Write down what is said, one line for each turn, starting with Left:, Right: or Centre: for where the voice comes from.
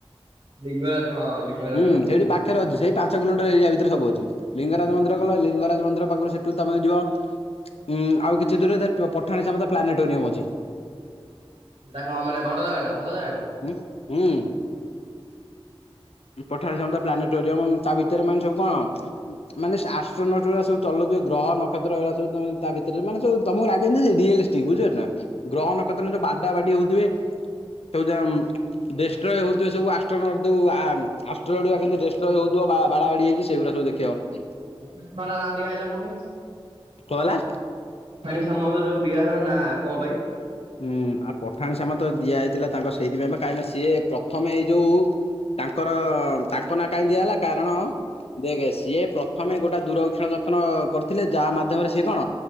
Right: ଲିଙ୍ଗରାଜ ହଁ ଲିଙ୍ଗରାଜ
Left: ହୁଁ
Right: ମନ୍ଦିର।
Left: ସେଇଠି ପାଖରେ ଅଛି ସେଇ ପା ପାଞ୍ଚ କିଲୋମିଟର ଏରିଆ ଭିତରେ ସବୁଅଛି
Right: ହୁଁ।
Left: ଲିଙ୍ଗରାଜ ମନ୍ଦିର ଗଲ ଲିଙ୍ଗ ଲିଙ୍ଗରାଜ ମନ୍ଦିର ପାଖରୁ ସେଠୁ ତମେ ଯିବ ଉଁ ଆଉ କିଛି ଦୂରରେ ସେ ପଠାଣିସାମନ୍ତ ପ୍ଲାନେଟୋରିୟମ ଅଛି। ଠିକ୍।
Right: ସେଇଟା କଣ ମାନେ ବଡ ଜାଗାଟା ଭଲ ଜାଗା ଟା।
Left: ହୁଁ ହୁଁ। ପଠାଣି ସାମନ୍ତ ପ୍ଲାନେଟୋରିୟମ ତା ଭିତରେ ମାନେ ସବୁ କଣ ମାନେ ଆଷ୍ଟ୍ରୋନଟୋ ସବୁ ଚଲୁ ନ ଗ୍ରହ ନକ୍ଷତ୍ର ହେଲା ସୁ ତମେ ତା ଭିତରେ ମାନେ ତମକୁ ଲାଗେନି ରିଲିଷ୍ଟିକ ବୁଝି ପାରୁଛନା। ଗ୍ରହ ନକ୍ଷତ୍ର ଯୋଉ ବାଡା ବାଡି ହଉଥିବେ ସେଉ ଡେଷ୍ଟ୍ରୟ ହେଉଥିବ ସବୁ ଆଷ୍ଟ୍ରୋ ନ ଦୌ ଆ ଆଷ୍ଟ୍ର ଡୁ ଜାଗାରେ ଦେଷ୍ଟ୍ରଏ ହୋଇଥିବ ବା ବାଡ଼ା ବାଡ଼ି ହେଇକି ସେଗୁରା ଯୁ ଦେଖିବ।
Right: ପଠାଣି ସାମନ୍ତ ନାଁ ଦିଆ ହେଲା କଣ ପାଇଁ।
Left: କଣ ହେଲା?
Right: ଏମନ୍ତଯୋଉ ଦିଆହଲା ନାଁ କଣ ପାଇଁ?
Left: ହୁଁ ଆଉ ପଠାଣି ସାମନ୍ତ ତ ଦିଆଯାଇଥିଲା ତାଙ୍କ ସେଇଥିପାଇଁ ବା କାଇଁକି ନା ସିଏ ପ୍ରଥମେ ଏଇ ଯୋଉ ତାଙ୍କର ତାଙ୍କ ନାଁ କାହିଁ ଦିଆ ହେଲା କାରଣ ଦେଖ ସିଏ ପ୍ରଥମେ ଗୋଟେ ଦୂରକ୍ଷଣ ଯତ୍ନ କରିଥିଲେ ଯାହା ମାଧ୍ୟମରେ ସିଏ କଣ